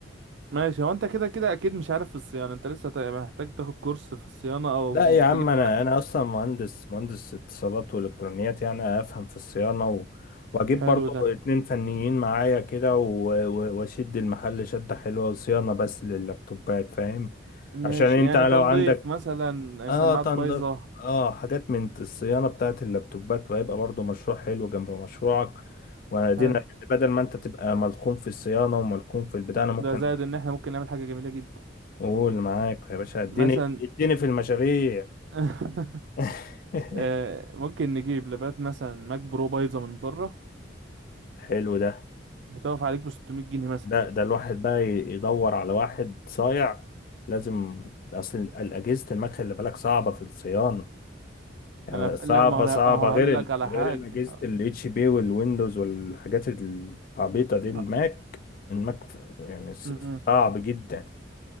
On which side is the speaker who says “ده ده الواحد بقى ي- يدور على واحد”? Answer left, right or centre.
Left